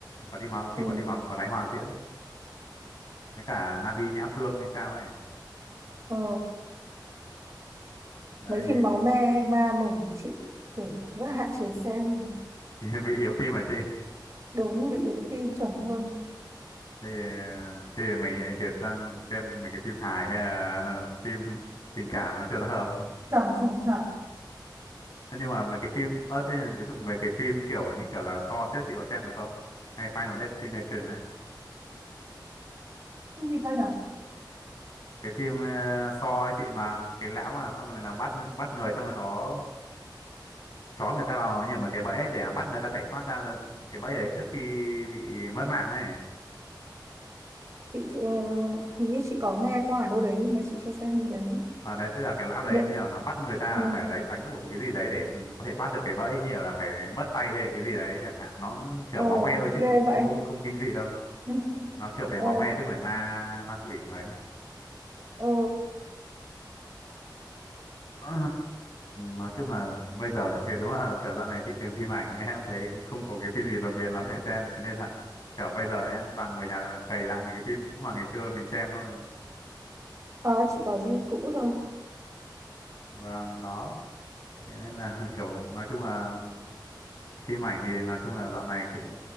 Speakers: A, on the left; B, on the right.
A: quả tim máu phim
B: Ừ.
A: quả tim máu của Thái Hòa diễn với cả Nabi Nhã Phương hay sao ấy
B: Ờ,
A: đấy
B: mấy
A: thì,
B: phim máu me ma mủng của chị kiểu rất là hạn chế xem
A: thì <laughs> bị yếu tim mà chị
B: đúng bị yếu tim chuẩn luôn
A: thì thì mình lại chuyển sang xem mấy cái phim hài hay là ờ, phim tình cảm nó cho nó hợp
B: chuẩn chuẩn chuẩn
A: Thế nhưng mà mấy cái phim ớt thế ví dụ mấy cái phim kiểu như kiểu là Saw xếp chị có xem được không hay Final Destination ấy
B: Cái gì cơ nhở
A: cái phim uh, Saw ấy chị mà cái lão mà xong rồi nó bắt bắt người xong rồi nó chó người ta vào nhưng mà cái bẫy để mà bắt người ta phải thoát ra được cái bẫy đấy trước khi bị mất mạng ấy
B: chị, chị ờ, hình như chị có nghe qua ở đâu đấy nhưng mà chị chưa xem phim đấy
A: à, đấy tức là cái lão đấy
B: điện
A: như là nó bắt người ta
B: ừ.
A: phải đấy đánh đổ một cái gì đấy để ừ, có thể thoát được cái bẫy như là phải mất tay hay là cái gì đấy chẳng hạn nó kiểu
B: ờ
A: máu me thôi chứ
B: ghê
A: nó không
B: vậy
A: không không
B: <laughs>
A: kinh dị đâu
B: ừ.
A: nó kiểu về
B: ờ
A: máu me chứ không phải ma ma quỷ mấy
B: ờ
A: Ờ, nói chung là bây giờ thì đúng là kiểu dạo này thị trường phim ảnh em thấy không có cái phim gì đột biến lắm để xem cho nên là kiểu bây giờ em toàn ngồi nhà cày lại mấy cái phim cũ mà ngày xưa mình xem thôi
B: ờ chị có gì cũ thôi
A: vâng đó thế nên là <laughs> kiểu nói chung là phim ảnh thì nói chung là dạo này cũng